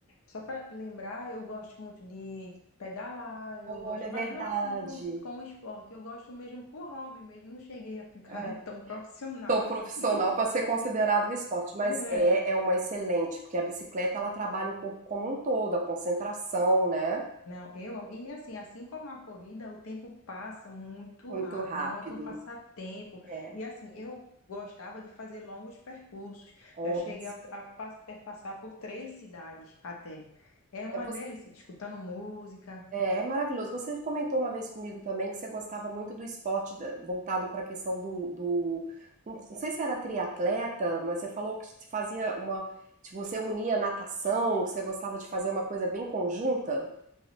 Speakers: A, on the left; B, on the right.
A: Só para lembrar, eu gosto muito de pedalar, eu
B: Olha,
A: gosto,
B: é
A: mas
B: verdade.
A: não assim com, com o esporte, eu gosto mesmo por hobby mesmo, não cheguei a ficar
B: É,
A: <laughs> tão profissional
B: tão profissional
A: assim. <laughs>
B: para ser considerado um esporte, mas
A: É.
B: é, é uma excelente, porque a bicicleta ela trabalha o corpo como um todo, a concentração, né?
A: Não, eu amo. E assim, assim como a corrida, o tempo passa muito
B: Muito
A: rápido,
B: rápido.
A: é um ótimo passatempo.
B: É,
A: E assim, eu gostava de fazer longos percursos,
B: olha.
A: já cheguei a, a pas- perpassar por três cidades até. É uma
B: É
A: delícia, escutando música,
B: É, é maravilhoso. Você comentou uma vez comigo também que você gostava muito do esporte da- voltado para a questão do, do- Não sei se era triatleta, mas você falou que se fazia uma. que Você unia natação, que você gostava de fazer uma coisa bem conjunta.